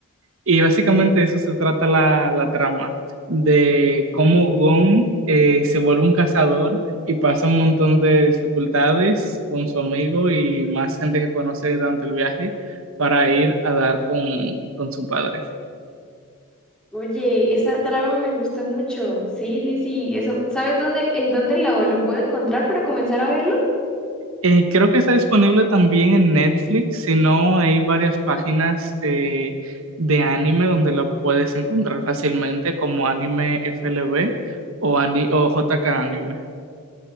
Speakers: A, on the right (about 70°); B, in the centre.
A: Y básicamente de eso se trata la, la trama, de cómo Gon eh, se vuelve un cazador y pasa un montón de dificultades con su amigo y más gente que conoce durante el viaje para ir a dar con, con su padre.
B: Oye, esa trama me gusta mucho. Sí, sí, sí. Eso, ¿sabes dónde, en dónde lo, lo puedo encontrar para comenzar a verlo?
A: Eh, creo que está disponible también en Netflix, si no hay varias páginas eh, de anime donde lo puedes encontrar fácilmente como Anime FLB o, ani- o JK Anime.